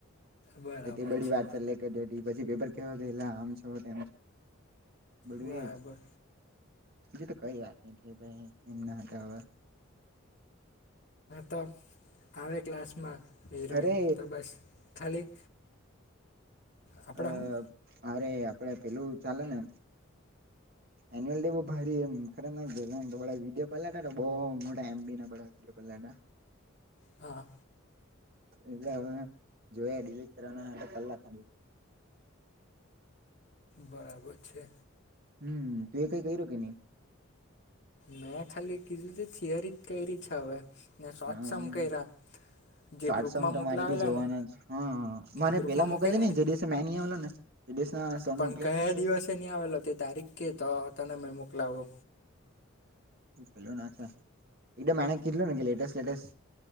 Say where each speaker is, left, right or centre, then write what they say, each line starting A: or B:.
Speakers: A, on the left; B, on the right.
A: બરાબર
B: એટલી બધી
A: છે
B: વાત ચાલે કેે પછી પેપર? કેવા જોઈલા આમ છો તેમ? બધુ
A: બરાબર
B: એજ. બીજુ તો કઈ વાત નઈ, ભાઈ એમ ના હતા, હવે.
A: તો આવે ક્લાસમાં એય
B: અરે
A: તો બસ ખાલી. આપડા
B: આ.
A: હું
B: અરે આપડે પેલું ચાલે ને એન્યુઅલ ડે <inaudible> ના વિડીયો પલાટ બ મોટા એમબી ના વિડીયો પલાટા <unintelligible>
A: હા.
B: એટલે હવે જોયા ડિલીટ કરવાના કલાક,
A: બરાબર છે.
B: હમ, તો એ કંઈ કર્યો કે નહીં?
A: મેં ખાલી કીધું હતું, થિયરી કરે છે હવે. ને શોર્ટ
B: હમ,
A: સમ કર્યા જે
B: સાત
A: ગ્રુપમાં
B: સમ તો
A: મોકલાવેલા
B: મારે બી જોવાના
A: ને
B: છે. હા, મને
A: ગ્રુપમાં
B: પેલા
A: મોકલેલા
B: મોકલજે, નઈ
A: ને
B: જે દિવસે મેનીહી આવેલો ને એ દિવસે. હા, સ
A: પણ
B: મોકલી
A: કયા
B: આપજે ને ભાઈ
A: દિવસે નહી આવેલો તે તારીખ કે તો તને મેં મોકલાવો
B: <inaudible> એકમ <inaudible> કે લેટેસ્ટ